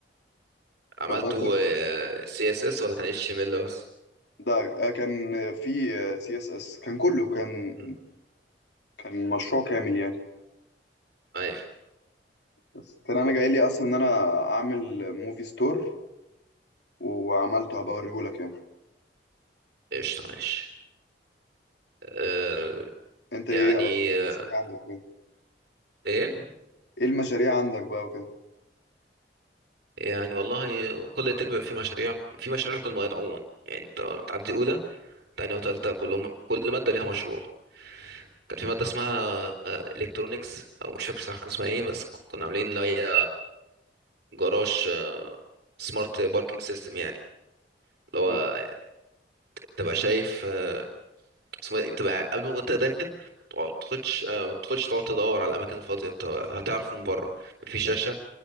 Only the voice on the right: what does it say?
عملتوا
آه، CSS ولا كان HTML بس؟
مم.
ايوه
قشطة ماشي آه
يعني
آه
ايه
يعني والله كل ترم بيبقى في مشاريع في مشاريع لكل مواد عموما يعني انت بتعدي اولى تانية وتالتة كلهم كل مادة ليها مشروع كان في مادة اسمها الكترونكس او مش فاكر صح كان اسمها ايه بس كنا عاملين اللي هي جراج سمارت باركينج سيستم يعني اللي
هو تبقى شايف آه، اسمه إيه؟ تبقى قبل ما انت داخل ما تخش ما تدخلش تقعد تدور على الاماكن الفاضيه انت هتعرف من بره في شاشه